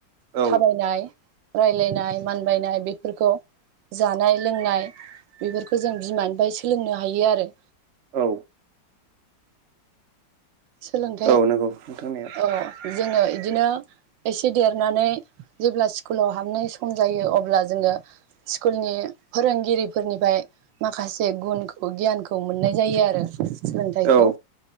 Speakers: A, on the right; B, on the right.
A: औ
B: थाबायनाय। राय्लायनाय मानबायायनाय बेफोरखौ जानाय लोंनाय बेफोरखौ जों बिमानिफ्राय सोलोंनो हायो आरो।
A: औ।
B: सोलोंथाइ
A: औ नंगौ नोंथांनिया
B: औ जोङो इदिनो -' एसे देरनानै जेब्ला स्कुलाव हाबनाय सम जायो अब्ला जोङो स्कुलनि फोरोंगिरिफोरनिफ्राय माखासे गुनखौ गियानखौ मोननाय जायो आरो। सोलोंथायखौ।
A: औ